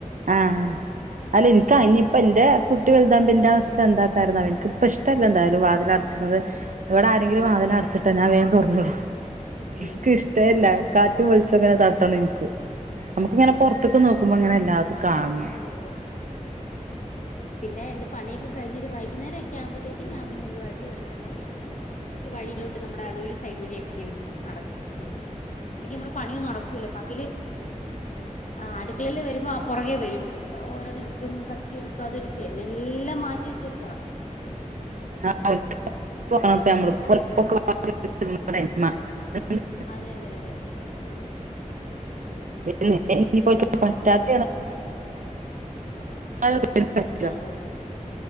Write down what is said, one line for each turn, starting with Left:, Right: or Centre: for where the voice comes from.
Right: ആഹ് അല്ല ഇൻക്കയി ഇനിയിപ്പ എന്റെ കുട്ടി വലുതാവുമ്പെന്റെ അവസ്ഥ എന്താക്കാരെന്ന എനിക്കിപ്പ ഇഷ്ട്ടല്ല എന്താലും വാതിലട ച്ചത് ഇവിടെ ആരെങ്കിലും
Left: ഉം
Right: വാതിലട്ച്ചിട്ട ഞാൻ വേം തൊർന്ന്ടും എനിക്കിഷ്ടെ
Left: ഉം
Right: അല്ല കാറ്റു വെളിച്ചുങ്ങനെ തട്ടണം എനിക്ക് നമുക്കിങ്ങനെ
Left: ഉം
Right: പൊറത്ത്ക്ക് നോ ക്കുമ്പോ ഇങ്ങനെല്ലാതും കാണണം
Left: അതെ അതെ അതെ അതെ പിന്നെ എന്റെ പണിയൊക്കെ കഴിഞ്ഞ് ഒരു വൈകുന്നേരക്കെ ആവുമ്പഴത്തേക്ക് ഞാൻ പിന്നെ ഇവളു ആയിട്ട് വെളിയിലോട്ടക്ക എറങ്ങി ജസ്റ്റ് വഴിയിലോ നമ്മട അതുവഴി സൈഡ് വഴിയൊക്കെ ഇങ്ങനെ നടക്കും അല്ലെങ്കി മ്മട പണി നടക്കൂല്ല പകല് ആ അടുക്കളയില് വരുമ്പോ ആ പുറകെ വരും ഓരോന്നെടുക്കും കത്തിയെടുക്കും അതെടുക്കും എന്നന്നെല്ലാം മാറ്റി വെച്ചേക്ക
Right: ആ <unintelligible>
Left: അതെ അതെ അതെ ഉം ഉം
Right: <unintelligible> പറ്റാത്ത <unintelligible>
Left: അതെതെ